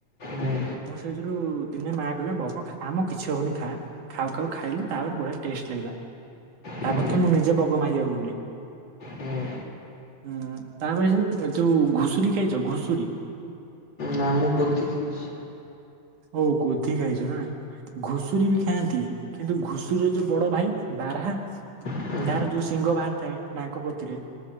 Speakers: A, on the left; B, on the right.
A: ହୁଁ
B: ମୁଁ ସେଇଥିରୁ ଦିନେ ମାଆ କହିଲା ବଗ ଖା ମ କିଛି ହବନି ଖା। ଖାଉ ଖାଉ ଖାଇଲି ତାପରେ ବଢିଆ ଟେଷ୍ଟ ଲାଗିଲା। ତା
A: ହୁଁ
B: ପରେ ତ ମୁଁ ନିଜେ ବଗ ମାରିବାକୁ ଗଲି
A: ହୁଁ।
B: ହୁଁ। ତା ପରେ ସେ ଏ ଯୋଉ ଘୁଷୁରୀ ଖାଇଛ ଘୁଷୁରୀ।
A: ନା ମୁଁ ଗୋଧି ଖାଇଛି।
B: ଓ ଗୋଧି ଖାଇଛ ନା। ଘୁଷୁରୀ ବି ଖାଆନ୍ତି କିନ୍ତୁ ଘୁଷୁରୀର ଯୋଉ ବଡ ଭାଇ ବାରହା। ତାହାର
A: ହୁଁ
B: ଯୋଉ ସିଂହ ବାହାରି ଥାଏ ନାକ କତିରେ।